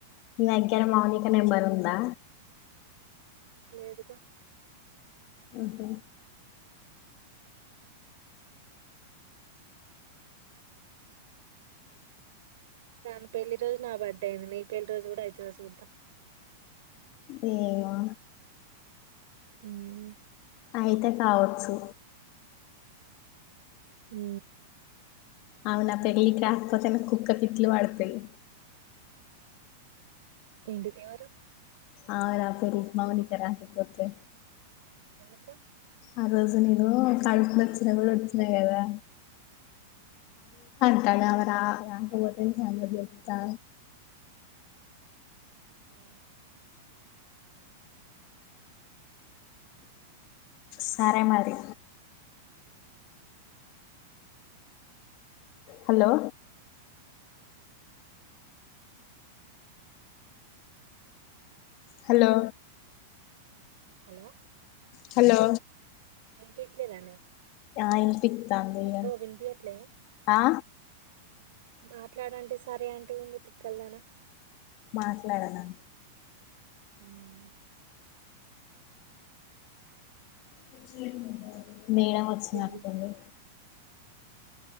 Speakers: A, on the left (about 45°); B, on the right (about 70°).
A: నైకిర మౌనిక నంబరుందా
B: ని లేదుగా
A: మ్ హ్
B: దాన్ పెళ్లి రోజు నా బర్త్డే అయింది నీ పెళ్లి రోజు కూడా ఐతదో చూద్దాం
A: ఏమొ
B: మ్
A: అయితే కావచ్చు
B: మ్
A: అవు నా పెళ్ళకాక్పోతే న కుక్కతి వడుతయ్
B: ఏంటి ఎవరు
A: ఆనా పరి మౌని క రాకపోతే
B: ఎందుకు
A: ఆ రోజు నేను కడుపు నొచ్చిన గుడ ఒచ్చిన కదా కాన్ అమెరా రకపోతే ని సంగత్ చెప్తా
B: మ్
A: సరే మరి హలో హలో
B: హలో
A: హలో
B: నింపి లానే
A: ఆయి పితాందియా
B: వినిపియట్లే
A: ఆ
B: మాట్లాడంటే సరే అంటవేందే తిక్కల్దానా
A: మాట్లాడనా
B: మ్
A: <unintelligible> మేడం వచ్చినట్టుంది
B: ఫీల్స్